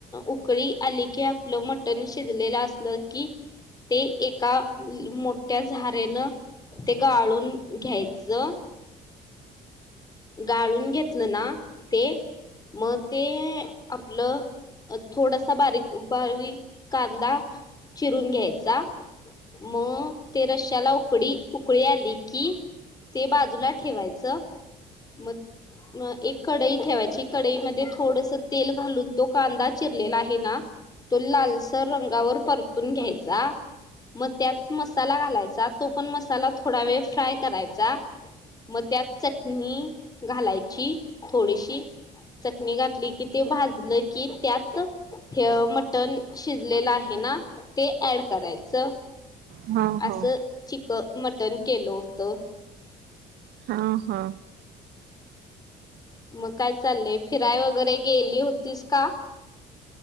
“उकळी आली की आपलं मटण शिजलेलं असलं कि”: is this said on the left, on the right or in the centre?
Left